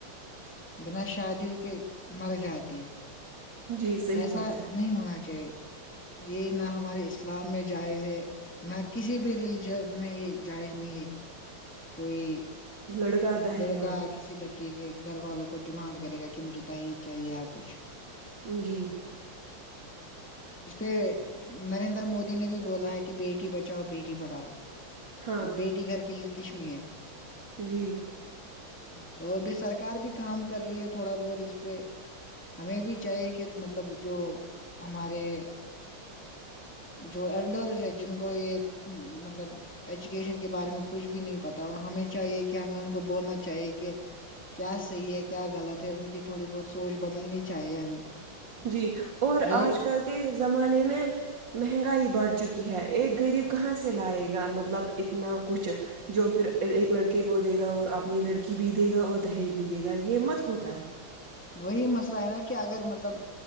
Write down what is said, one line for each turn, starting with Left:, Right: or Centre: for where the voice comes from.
Right: ج
Centre: بنا شادی کے مر جاتی ہے
Right: جی صحیح
Centre: ایسا
Right: بات ہے
Centre: نہیں ہونا چاہیے یہ نہ ہمارے اسلام میں جائز ہے نہ کسی بھی ریلیجن میں یہ جائز نہیں ہے کہ کوئی
Right: لڑکا دہیج
Centre: لڑکا
Right: مانگے
Centre: کسی لڑکی کے گھر والوں کو ڈیمانڈ کرے گا کہ مجھے دی چاہیے یا کچھ
Right: جی
Centre: اس پہ نریندر مودی نے بھی بولا ہے کہ بیٹی بچاؤ بیٹی پڑھاؤ
Right: ہاں
Centre: اور بیٹی گھر کی ل کشمی ہے
Right: جی
Centre: تو ابھی سرکار بھی کام کر رہی ہے تھوڑا بہت اس پہ ہمیں بھی چاہیے کہ مطلب جو ہمارے تو ایلڈرس ہے جن کو یہ مطلب ایجوکیشن کے بارے میں کچھ بھی نہیں پتا ہو ہمیں چاہیے کہ ہمیں ان کو بولنا چاہیے کہ کیا صحی ہے کیا غلط ہے ان کی تھوڑی بہت سوچ بدلنی چاہیے ہمیں
Right: جی اور
Centre: یہ
Right: آج کل کے زمانے میں مہنگائی بڑھ چکی ہے ایک غریب کہاں سے لائے گا مطلب اتنا کچھ جو پھر ایک لڑکے کو دے گا اور اپنی لڑکی بھی دے گا اور دہیج بھی دے گا یہ مت ہوتا ہے
Centre: وہی مسئلہ ہے نا کہ اگر مطلب